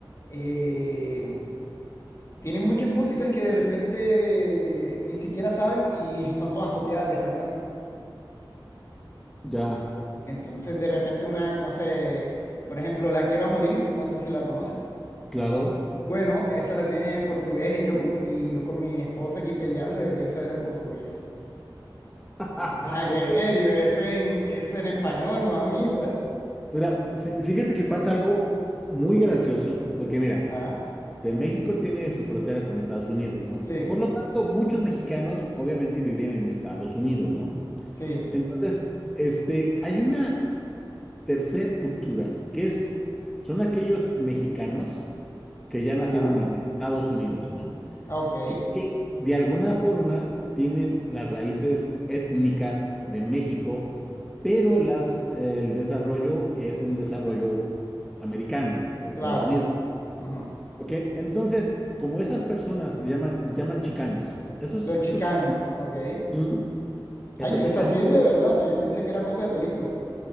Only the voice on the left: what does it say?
eh, tienen muchas músicas que de repente ni siquiera saben y son todas copiadas de español.
Entonces de repente una, que no sé, por ejemplo, La Quiero a Morir, no sé si la conoces.
Bueno, esa la tienen en portugués y yo, juro- y yo con mi esposa aquí peleando de que eso era en portugués.
Y nada
que ver, yo, eso en, eso en español, mamita.
Ajá,
sí,
sí,
ajá,
ok,
claro.
ujú.
Los
chicanos,
ok.
Ay,
o sea, sí es de verdad, o sea, yo pensé que era cosa de película.